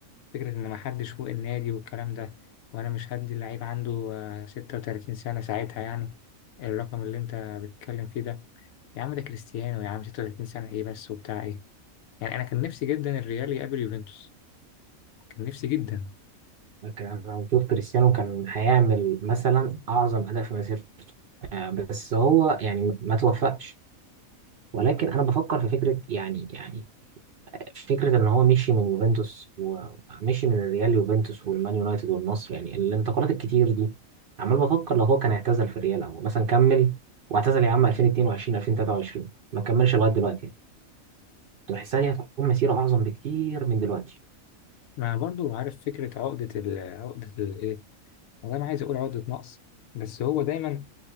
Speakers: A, on the left; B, on the right.
A: فكرة إن محدش فوق النادي والكلام ده وأنا مش هدي اللعيب عنده آه، 36 سنة ساعتها يعني الرقم اللي أنت بتتكلم فيه ده يا عم ده كريستيانو يا عم 36 سنة إيه بس وبتاع إيه يعني انا كان نفسي جدا الريال يقابل يوفنتوس كان نفسي جدا
B: كان المفروض كريستيانو كان هيعمل مثلا اعظم اداء في مسيرته آه، بس هو يعني ما توفقش ولكن انا بفكر في فكره يعني يعني فكره ان هو مشي من يوفنتوس و- ومشي من الريال يوفنتوس والمان يونايتد والنصر يعني الانتقالات الكتير دي عمال بفكر لو هو كان اعتزل في الريال او مثلا كمل واعتزل يا عم 2022 2023 ما كملش لغايه دلوقتي يعني كنت بحسها دي هتكون مسيره اعظم بكتير من دلوقتي
A: ما انا برضو عارف فكره عقده ال عقده الايه انا ما عايز اقول عقده نقص بس هو دايما